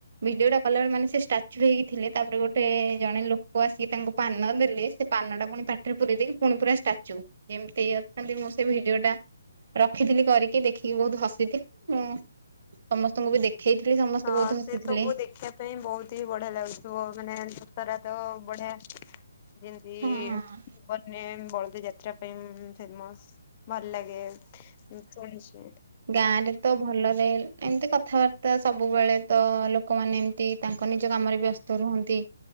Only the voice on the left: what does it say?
ହଁ
ସେ
ସବୁ <unintelligible> ବହୁତ ହି ବଢିଆ ଲାଗୁଥିବ ମାନେ ଦଶରା ତ ବଢିଆ ଯେମିତି
ବନେ ବଳଦ ଯାତ୍ରା ପାଇଁ ଉଁ, ଫେମସ୍। ଭଲ ଲାଗେ ମୁଁ ଶୁଣିଛି।